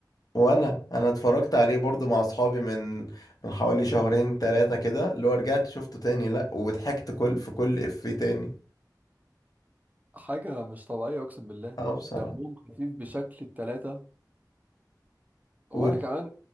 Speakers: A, on the left; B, on the right.
A: وأنا أنا اتفرجت عليه برضو مع أصحابي من من حوالي شهرين تلاتة كده اللي هو رجعت شفته تاني لأ وضحكت كل في كل إفيه تاني
B: حاجة مش طبيعية اقسم بالله
A: اه بصراحة
B: دمهم خفيف بشكل التلاتة وانا
A: و...
B: كمان